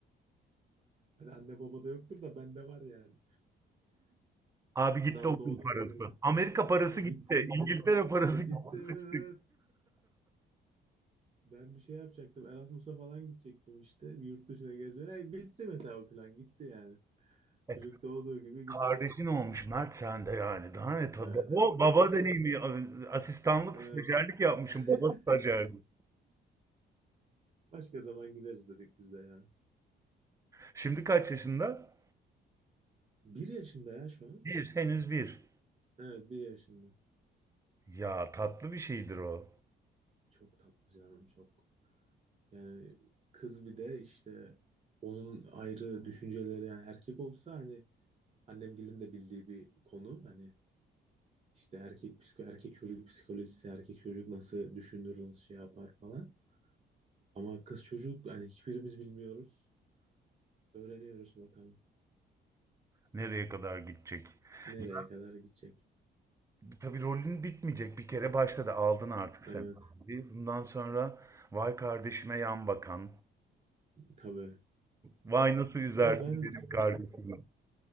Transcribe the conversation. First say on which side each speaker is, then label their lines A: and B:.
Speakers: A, on the right; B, on the right.
A: <laughs> Hadi anne baba da yoktur da bende var yani.
B: Abi gitti
A: Daha
B: okul
A: doğdu
B: parası.
A: mesela.
B: Amerika parası
A: E, gitti
B: gitti.
A: gitti.
B: İngiltere parası
A: E, gitti
B: gitti.
A: evet
B: <laughs> Sıçtık.
A: evet. Ben bir şey yapacaktım. Erasmus'a falan gidecektim işte. Bir yurt dışına gezmeye. E, bitti mesela o plan. Gitti yani.
B: Evet,
A: Çocuk doğduğu gibi
B: kardeşin
A: gitti.
B: olmuş Mert sen de yani. Daha ne tabii.
A: Evet
B: Baba,
A: evet tabii
B: baba
A: canım.
B: deneyimi. Asistanlık,
A: Evet.
B: stajyerlik yapmışım.
A: <laughs>
B: Baba stajyerlik.
A: Başka zaman gideriz dedik biz de ya.
B: Şimdi kaç yaşında?
A: Bir yaşında ya şu an.
B: Bir. Henüz bir.
A: Evet bir yaşında.
B: Ya tatlı bir şeydir o.
A: Çok tatlı canım çok. Yani kız bir de işte onun ayrı düşünceleri yani erkek olsa hani annemgilin de bildiği bir konu. Hani işte erkek psiko erkek çocuk psikolojisi, erkek çocuk nasıl düşünür, nasıl şey yapar falan. Ama kız çocuk hani hiçbirimiz bilmiyoruz. Öğreniyoruz bakalım
B: Nereye kadar gidecek?
A: nereye
B: Ya
A: kadar gidecek.
B: tabii rolün bitmeyecek. Bir kere başladı. Aldın artık sen
A: Evet
B: abi. Bundan sonra vay kardeşime yan bakan.
A: tabii.
B: Vay nasıl üzersin
A: Da ben
B: benim kardeşimi.